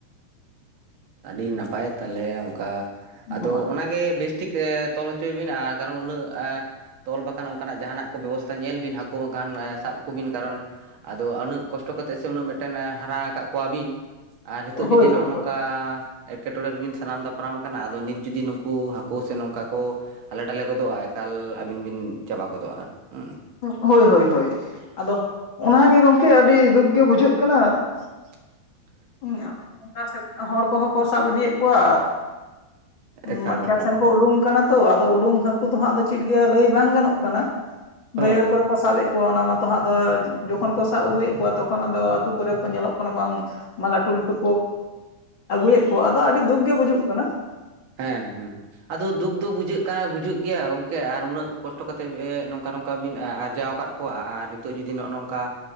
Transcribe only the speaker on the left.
ᱦᱳᱭ
ᱦᱳᱭ
ᱦᱳᱭ
ᱦᱳᱭ ᱦᱳᱭ ᱦᱳᱭ ᱟᱫᱚ ᱚᱱᱟ ᱜᱮ ᱜᱚᱢᱠᱮ ᱟᱹᱰᱤ ᱫᱩᱠ ᱜᱮ ᱵᱩᱡᱷᱟᱹᱜ ᱠᱟᱱᱟ᱾
ᱦᱩ ᱟᱠᱟ ᱥᱮᱫ ᱦᱚᱲ ᱠᱚᱦᱚᱸ ᱠᱚ ᱥᱟᱵ ᱤᱫᱤᱭᱮᱫ ᱠᱚᱣᱟ᱾
ᱢᱟ ᱠᱷᱮᱛ
ᱥᱮᱱ
ᱠᱚ ᱩᱰᱩᱝ
ᱠᱟᱱᱟ ᱛᱚ, ᱟᱫᱚ ᱩᱰᱩᱝ ᱦᱟᱹᱠᱩ ᱫᱚ ᱦᱟᱸᱜ ᱪᱮᱫ ᱜᱮ ᱞᱟᱹᱭ ᱵᱟᱝ ᱜᱟᱱᱚᱜ ᱠᱟᱱᱟ᱾
ᱵᱟᱹᱭᱦᱟᱹᱲ ᱠᱚᱨᱮ ᱠᱚ ᱥᱟᱵᱮᱫ ᱠᱚᱣᱟ, ᱚᱱᱟ ᱢᱟᱛᱚ ᱦᱟᱸᱜ ᱫᱚ ᱡᱚᱠᱷᱚᱱ ᱠᱚ ᱥᱟᱵ ᱟᱹᱜᱩᱭᱮᱫ ᱠᱚᱣᱟ ᱛᱚᱠᱷᱚᱱ ᱟᱫᱚ ᱟᱛᱩ ᱠᱚᱨᱮ ᱠᱚ ᱧᱮᱞᱚᱜ ᱠᱟᱱᱟ ᱵᱟᱝ ᱢᱟ ᱞᱟᱹᱴᱩ ᱞᱟᱹᱴᱩ ᱟᱹᱜᱩᱭᱮᱫ ᱠᱚᱣᱟ, ᱟᱫᱚ ᱟᱹᱰᱤ ᱫᱩᱠ ᱜᱮ ᱵᱩᱡᱩᱜ ᱠᱟᱱᱟ᱾